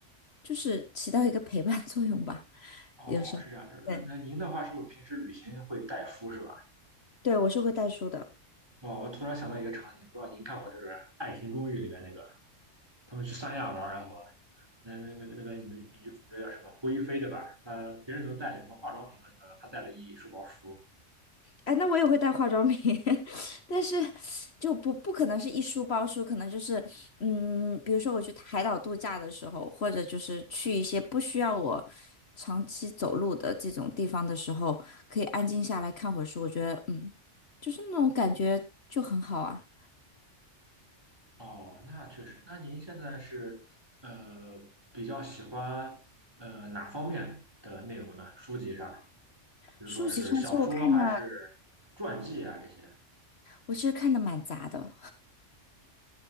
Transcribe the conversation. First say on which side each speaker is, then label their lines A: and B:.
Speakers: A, on the left; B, on the right.
A: 就是起到一个陪伴作用吧。
B: 哦，
A: 有时候，
B: 是这样。呃那您的话是不是平时旅行会带书是吧？
A: 对对，我是会带书的。
B: 哦，我突然想到一个场景，不知道您看过这个《爱情公寓》里面那个，他们去三亚玩儿然后那那那个那个女女主角叫什么胡一菲对吧？她别人都带了什么化妆品乱七八糟，她带了一书包书。
A: 哎，那我也会带化妆品，<laughs> 但是就不不可能是一书包书，可能就是嗯，比如说我去海岛度假的时候，或者就是去一些不需要我长期走路的这种地方的时候，可以安静下来看会儿书，我觉得嗯，就是那种感觉就很好啊。
B: 哦，那确实。那您现在是呃比较喜欢呃哪方面的内容呢？书籍上，比如说是小说还是传记啊这些？
A: 书籍上其实我看的，我其实看的蛮杂的。